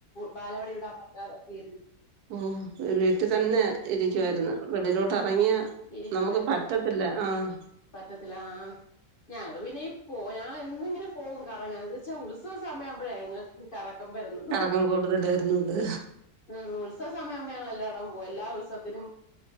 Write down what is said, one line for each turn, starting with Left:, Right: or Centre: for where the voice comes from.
Left: ബാലവടി വിടാൻ പറ്റാതെ തീ
Right: ഓ വീട്ടിൽ തന്നെ ഇരിക്കുവായിരുന്നു
Left: ഉം,
Right: വെളിയിലോട്ട് ഇറങ്ങിയ
Left: ഇരിക്കുവായിരുന്നു
Right: നമുക്ക് പറ്റത്തില്ല ആഹ്
Left: പറ്റത്തില്ല ആ ഞങ്ങള് പിന്നെയും പോ ഞങ്ങൾ എന്നും ഇങ്ങനെ പോകും കറങ്ങാ എന്ന് വെച്ചാൽ ഉത്സവമയാവുമ്പോഴെ ഈ കറക്കം വരുന്നത്
Right: കറക്കം കൂടുതൽ വരുന്നത്
Left: ഉ ഉത്സവ സമയ ആകുമ്പോ ഞങ്ങ എല്ലായിടം പോകും എല്ലാ ഉത്സവത്തിനും